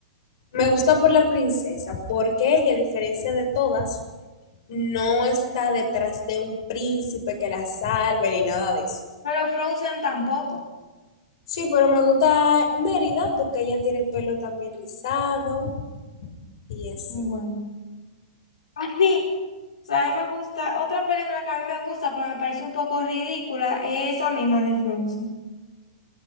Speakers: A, on the left; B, on the left.
A: Me gusta por la princesa, porque ella, a diferencia de todas, no está detrás de un príncipe que la salve ni nada de eso.
B: Pero Frozen tampoco.
A: Sí, pero me gusta Mérida porque ella tiene el pelo también rizado y eso.
B: Bueno. A mí, o sea, a mí me gusta, otra película que a mí me gusta, pero me parece un poco ridícula, es esa misma de Frozen.